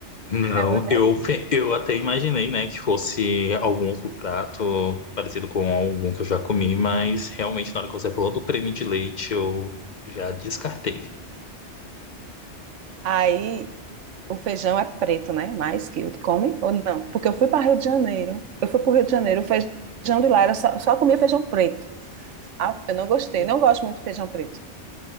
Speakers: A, on the left (about 50°); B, on the right (about 90°).
A: não.
B: É uma-
A: Eu, pe- eu até imaginei, né, que fosse algum outro prato parecido com algum que eu já comi, mas realmente na hora que você falou do creme de leite, eu já descartei.
B: Aí o feijão é preto, né? Mas que eu come ou não? Porque eu fui para Rio de Janeiro. Eu fui para o Rio de Janeiro, o feijão de lá era só, só comia feijão preto. Ah, eu não gostei,
A: Uhum.
B: não gosto muito de feijão preto.